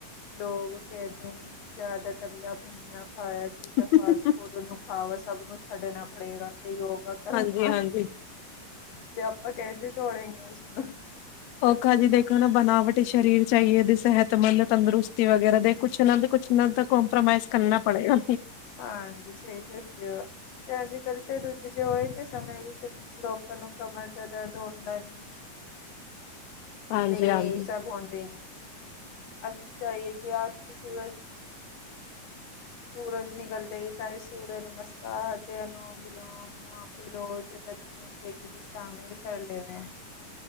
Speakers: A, on the left (about 55°); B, on the left (about 80°).
A: ਲੋਕ ਕਹਿੰਦੇ ਨੇ ਕਿ ਜ਼ਿਆਦਾ ਤਲਿਆ ਭੁੰਨੀਆਂ ਖਾਇਆ ਚੀਜ਼ਾਂ
B: ਹੈ
A: ਫਾਸਟ ਫੂਡ ਨੂੰ ਖਾਵ ਸਭ ਨੂੰ ਛੱਡਣਾ ਪੜੇਗਾ ਤੇ ਯੋਗਾ ਕਰਨਾ।
B: ਹਾਂਜੀ ਹਾਂਜੀ
A: ਤੇ ਆਪਾਂ ਕੈਸੇ ਛੋੜੇਗੇ ਉਸਨੂੰ।
B: ਔਖਾ ਜੀ ਦੇਖੋ ਨਾ ਬਣਾਵਟ ਸਰੀਰ ਚਾਹੀਏ ਦੀ ਸਿਹਤਮੰਦ ਤੰਦਰੁਸਤੀ ਵਗੈਰਾ ਦੇ ਕੁਛ ਇਹਨਾਂ ਦੇ ਕੁਛ ਇਹਨਾਂ ਤ ਕਮਪਰੋਮਾਈਜ਼ ਕਰਨਾ ਪੜੇਗਾ।
A: ਹਾਂਜੀ ਸਹੀ ਦੱਸਿਓ। ਤੇ ਅੱਜ ਕੱਲ੍ਹ ਤੇ ਰੁੱਝ ਜੀ ਹੋਏ ਤੇ ਸਮੇਂ ਵਿੱਚ ਲੋਕਾਂ ਨੂੰ ਕਮਰ ਦਾ ਦਰਦ ਹੁੰਦਾ ਨੀ ਹੈ।
B: ਹਾਂਜੀ
A: ਤੇ ਇਹੀ
B: ਹਾਂਜੀ
A: ਸਭ ਹੁੰਦੇ ਨੀ ਅਸੀਂ ਚਹੀਏ ਕਿ ਅਸੀਂ ਸੂਰਜ, ਸੂਰਜ ਨਿਕਲਦੇ ਹੀ ਤਾਈ ਸੂਰਯ ਨਮਸਕਾਰ ਤੇ ਅਨੋਮ ਵਿਲੋਮ। ਨੂੰ ਆਪੇ ਰੋਜ਼ ਇਦਾਂ ਦੀ ਜ਼ਿੰਦਗੀ ਵਿੱਚ ਸ਼ਾਮਿਲ ਕਰ ਲਵੇ।